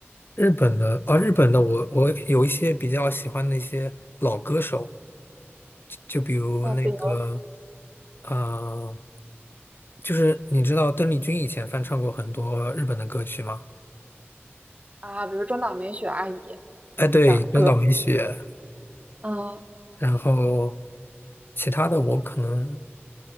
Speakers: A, on the left; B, on the right.
A: 日本的，啊，日本的我，我有一些比较喜欢的一些老歌手，就比如那个，
B: 呃，比如
A: 呃，就是你知道邓丽君以前翻唱过很多日本的歌曲吗？
B: 啊，比如中岛美雪阿姨。
A: 哎，对，
B: 打歌，
A: 中岛美雪。
B: 嗯、
A: 然后其他的我可能